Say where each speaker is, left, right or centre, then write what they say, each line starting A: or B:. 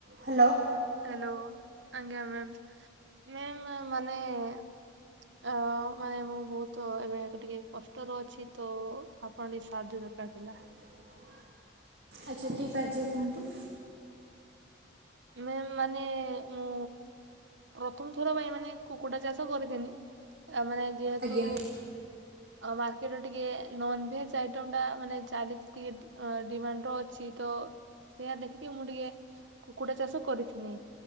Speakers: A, on the right; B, on the right.
A: Hello.
B: Hello ଆଜ୍ଞା ma'am ma'am ମାନେ ଅ ମାନେ ମୁଁ ବହୁତ ଏବେ ଟିକେ କଷ୍ଟରେ ଅଛି ତ ଆପଣ ଟିକେ ସାହାଯ୍ୟ କର ଦରକାର ଥିଲା।
A: <inaudible> ଆଚ୍ଛା କି ସାହାଯ୍ୟ କୁହନ୍ତୁ?
B: ମ୍ୟାମ ମାନେ ମୁଁ ପ୍ରଥମ ଥର ପାଇଁ ମାନେ କୁକୁଡା ଚାଷ କରିଥେନି ଏ ମାନେ ଯେହେତୁ
A: ଆଜ୍ଞା।
B: ଆ ମାର୍କେଟ ଟିକେ ନନ୍ ଭେଜ ଆଇଟମ ଟା ମାନେ ଚାଲିଛି ଟିକେ ଡି ଅଁ ଡିମାଣ୍ଡ ର ଅଛି ତ ସେଇଆ ଦେଖିକି ମୁଁ ଟିକେ କୁକୁଡ଼ା ଚାଷ କରିଥିନି